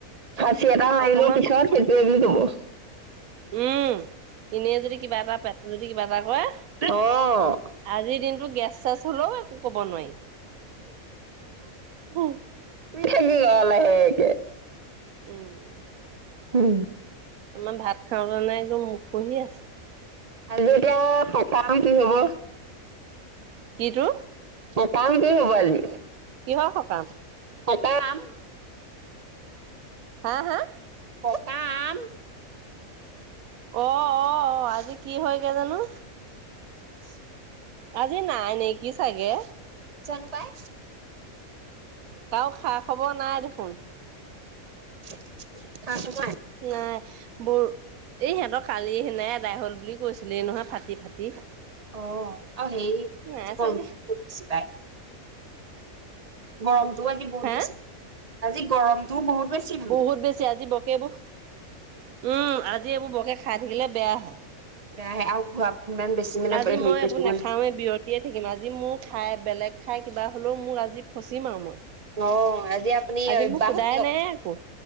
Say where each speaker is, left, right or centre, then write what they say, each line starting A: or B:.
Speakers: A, on the right; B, on the right.
A: খাহী এটা মাৰিলোঁ
B: অকমান
A: পিছত, সেইটো এৰিলোঁ। অ'!
B: উম! এনেই যদি কিবা এটা পেট যদি কিবা এটা হয়!
A: অ'।
B: আজিৰ দিনটো গেছ চেছ হলেও ক'ব নোৱাৰি। হ'ম।
A: ঠেলি ল লাহেকে <inaudible>
B: উম!
A: উম!
B: আমাৰ ভাত খাওঁতা নাই যে, একদম ওখহি আছে।
A: আজি এতিয়া অ' সকাহ কি হ'ব?
B: কিটো?
A: সকাম কি হ'ব আজি?
B: কিহৰ সকাম?
A: সকাম!
B: হা? হা?
A: সকাম
B: অ অ আহ আজি কি হয়গৈ জানো
A: <inaudible>
B: আজি নাই নেকি চাগে
A: জানো পাই
B: কাৰো খা খবৰ নাই দেখোন
A: কছ
B: সেয়াই বৰ এই সিহঁতক কালি সেনাই আদাই হল বুলি কৈছিলে নহয় ফাটি ফাটি
A: অ আৰু সেই
B: নাই
A: জীৱনটোত
B: চাগে
A: চি পায় বাম <inaudible> তোৰ আ কি বহুত
B: হা
A: বছি আজি গৰমতোও বহুত বেছি বোলো
B: বহুত বেছি আজি পকেব উম আজি এইবোৰ বৰকে খাই থাকিলে বেয়া হয়
A: বেয়া আহে আৰু ঘোৱা ইমান বেছি মানে
B: আজি
A: হেৰি
B: মই
A: কৰি
B: এইবোৰ
A: থাকিব
B: নাখাওৱে
A: নালাগে
B: বিৰতিয়ে থাকিম আজি মোৰ খাই বেলেগ খাই কিবা হলেও মোৰ আজি ফচিম আৰু মই
A: আহ আজি আপুনি
B: আজি
A: অব্যাহতি
B: মোক সোধাই
A: লওক
B: নাই আকৌ